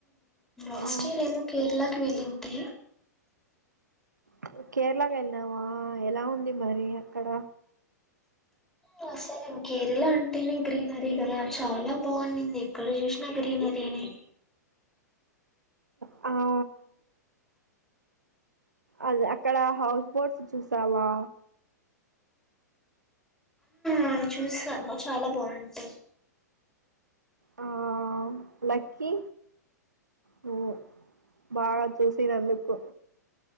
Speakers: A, in the centre; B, on the right.
A: ఆస్ట్రేలియాను
B: ఆ
A: కేరళ విలింటి
B: నువ్వు కేరళకు వెళ్ళనావ ఎలా ఉంది మరి అక్కడ
A: వసాలే కేరళ అంటేనే గ్రీనరీ కదా చాలా బాగుందింది ఎక్కడ చూసినా గ్రీనరీ తేనే
B: ఆ అదే అక్కడ హౌస్ బోట్స్ చూసావా
A: ఆ చూసిన చాలా బాగుంటాయి
B: ఆ లక్కీ నువ్వు బాగా చూసినందుకు